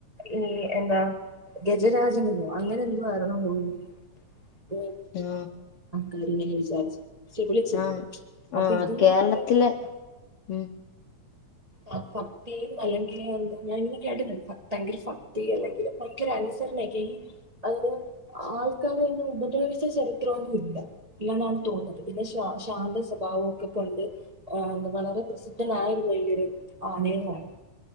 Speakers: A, on the right; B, on the left.
A: ഈ എന്താ ഗജരാജനെന്നോ അങ്ങനെ എന്തോ ആരുന്നു തോന്നുന്നു <unintelligible>
B: ആ
A: കാര്യങ്ങനെ വിചാരിച്ച് വിളിച്ചിരുന്നത്
B: ആ
A: അപ്പൊ
B: ആ
A: ഇതെന്ന്
B: കേരളത്തില്
A: പറഞ്ഞു കഴിഞ്ഞാൽ
B: ഉം
A: ആ ഭക്തിയും അല്ലെങ്കില് എന്താ ഞാന ഇങ്ങനെ കേട്ടിട്ടണ്ട് ഭയങ്കര ഭക്തി അല്ലെങ്കില് ഭയങ്കര അനുസരണക്കെ അതിന് ആൾക്കാരെ ഒന്നും ഉപദ്രവിച്ച ചരിത്രവൊന്നും ഇല്ല ഇല്ലെന്നാണ് തോന്നുന്നത് പിന്നെ ശാ ശാന്ത സ്വഭാവം ഒക്കെ കൊണ്ട് <unintelligible> പ്രസിദ്ധനായിരുന്നു ഈ ഒര് ആനെന്ന് പറയാം